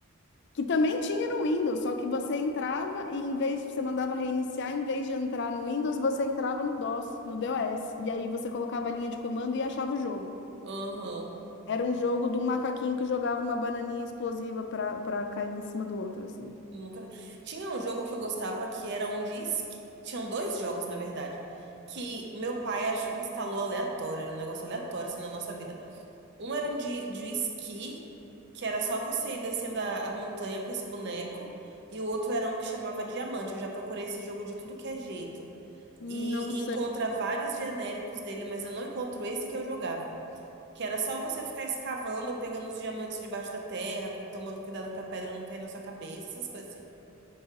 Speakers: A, on the left; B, on the right.
A: Que também tinha no Windows, só que você entrava e em vez você mandava reiniciar, em vez de entrar no Windows, você entrava no DOS, no DOS. E aí você colocava a linha de comando e achava o jogo.
B: aham.
A: Era um jogo de um macaquinho que jogava uma bananinha explosiva pra, pra cair em cima do outro, assim.
B: Nunca vi. Tinha um jogo que eu gostava que era um disque. Tinham dois jogos, na verdade. Que meu pai ach- instalou aleatório. Era um negócio aleatório assim na nossa vida. Um era um de, de esqui, que era só você ir descendo a, a montanha com esse boneco. E o outro era um que chamava Diamante. Eu já procurei esse jogo de tudo que é jeito.
A: Não
B: E
A: sei.
B: encontra vários genéricos dele, mas eu não encontro esse que eu jogava. Que era só você ficar escavando, pegando os diamantes debaixo da terra, cu- tomando cuidado pra pedra não cair na sua cabeça, essas coisas assim.